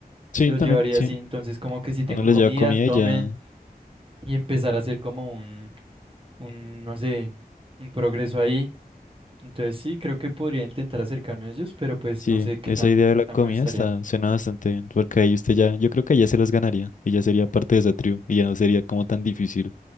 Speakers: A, on the right; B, on the left.
A: Se
B: sí,
A: los
B: también,
A: llevaría
B: sí.
A: así. Entonces, como que si tengo
B: Uno les
A: comida,
B: lleva comida
A: tome
B: y ya
A: y empezar a hacer como un, un, no sé, un progreso ahí. Entonces, sí, creo que podría intentar acercarme a ellos, pero pues
B: Sí,
A: no sé qué
B: esa
A: tan,
B: idea de la
A: tan
B: comida
A: bueno estaría.
B: está, suena bastante bien, porque ahí usted ya, yo creo que ya se los ganaría y ya sería parte de esa tribu y ya no sería como tan difícil